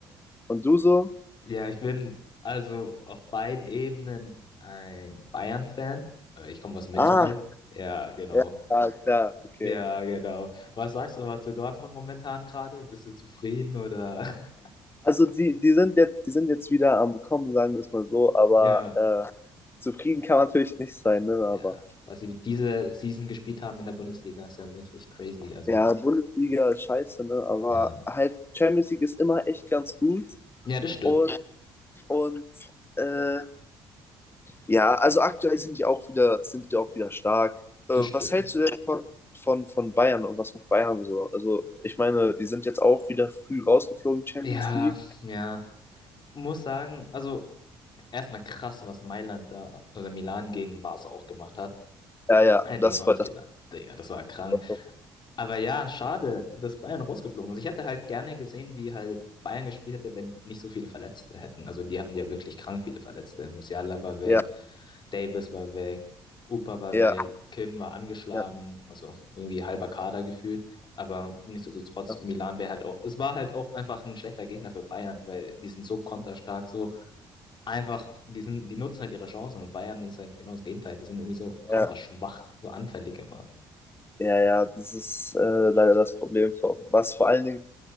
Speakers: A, on the left (about 20°); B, on the left (about 40°).
A: und du so?
B: Ja, ich bin also auf beiden Ebenen ein Bayern-Fan. Äh, Ich komme aus München
A: Ah,
B: halt. Ja, genau.
A: ja, klar, okay.
B: Ja, genau. Was sagst du aber zu Dortmund momentan gerade? Bist du zufrieden oder? <laughs>
A: Also die, die sind jetzt, die sind jetzt wieder am Kommen, sagen wir es mal so, aber
B: Ja,
A: äh, zufrieden kann man natürlich nicht sein, ne?
B: ja.
A: Aber
B: Was sie diese Season gespielt haben in der Bundesliga ist ja wirklich crazy. Also,
A: ja, Bundesliga ist scheiße, ne? Aber
B: ja.
A: halt Champions League ist immer echt ganz gut.
B: Ja, das stimmt.
A: Und, und äh, ja, also aktuell sind die auch wieder, sind die auch wieder stark. Äh,
B: Das
A: was
B: stimmt.
A: hältst du denn von, von, von Bayern und was macht Bayern so? Also, ich meine, die sind jetzt auch wieder früh rausgeflogen, Champions
B: Ja,
A: League.
B: ja. Muss sagen, also erstmal krass, was Mailand da oder Milan gegen Barca auch gemacht hat.
A: Ja, ja,
B: Hätte
A: das
B: ich auch
A: war
B: nicht
A: das.
B: genannt. Digga, das war krank.
A: War,
B: Aber ja, schade, dass Bayern rausgeflogen ist. Ich hätte halt gerne gesehen, wie halt Bayern gespielt hätte, wenn nicht so viele Verletzte hätten. Also die hatten ja wirklich krank viele Verletzte. Musiala war weg,
A: ja,
B: Davis war weg, Upa war
A: ja,
B: weg, Kim war angeschlagen,
A: ja.
B: also irgendwie halber Kader gefühlt. Aber nichtsdestotrotz,
A: ja.
B: Milan wäre halt auch, es war halt auch einfach ein schlechter Gegner für Bayern, weil die sind so konterstark, so einfach, die sind, die nutzen halt ihre Chancen und Bayern ist halt genau das Gegenteil. Die sind irgendwie so
A: Ja,
B: konterschwach, so anfällig immer.
A: ja, ja, das ist äh, leider das Problem. Vor- Was vor allen Dingen,